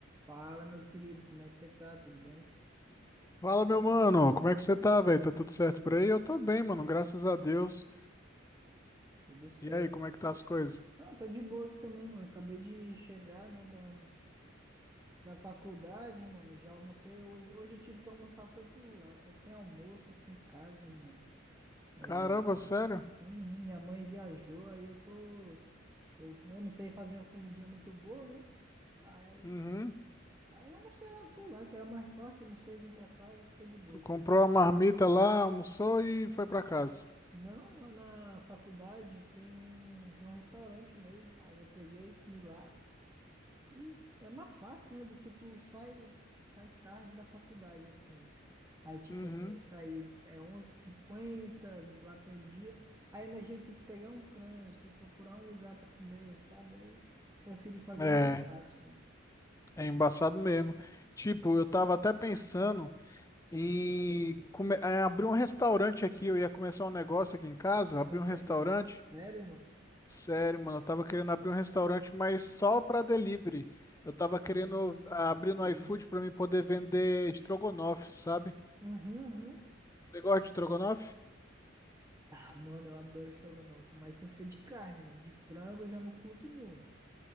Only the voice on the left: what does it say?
Fala, meu mano, como é que você tá, velho? Tá tudo certo por aí? Eu tô bem, mano, graças a Deus.
E aí, como é que tá as coisas?
Caramba, sério?
Uhum.
Tu comprou
a marmita lá, almoçou e foi pra casa.
Uhum.
É,
é embaçado mesmo. Tipo, eu tava até pensando em, come- em abrir um restaurante aqui. Eu ia começar um negócio aqui em casa,
abrir
um restaurante.
Sério, mano, eu tava querendo abrir um restaurante, mas só pra delivery. Eu tava querendo
ah,
abrir no iFood pra mim poder vender estrogonofe, sabe?
Você gosta de estrogonofe?